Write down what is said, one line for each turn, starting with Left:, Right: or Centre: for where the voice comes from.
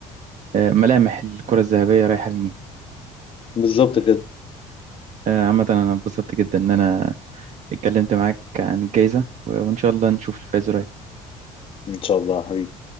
Right: آه، ملامح الكرة الذهبية رايحة لمين
Left: بالظبط كده
Right: آه، عامة أنا اتبسطت جدا إن أنا اتكلمت معاك عن الجايزة و- وإن شاء الله نشوف الفائز قريب
Left: ان شاء الله يا حبيبي